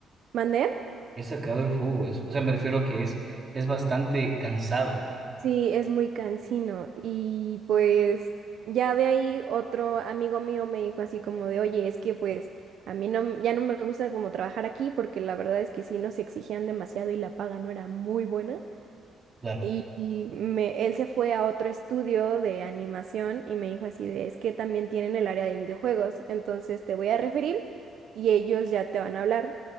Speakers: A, on the right; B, on the right.
A: ¿mandé?
B: He sacado el jugo. es- o sea, me refiero a que es, es bastante cansado.
A: Sí, es muy cansino. Y pues ya de ahí otro amigo mío me dijo así como de, oye, es que pues a mí no, ya no me gusta como trabajar aquí porque la verdad es que sí nos exigían demasiado y la paga no era muy buena.
B: Claro.
A: Y y me, él se fue a otro estudio de animación y me dijo así de, es que también tienen el área de videojuegos, entonces te voy a referir y ellos ya te van a hablar.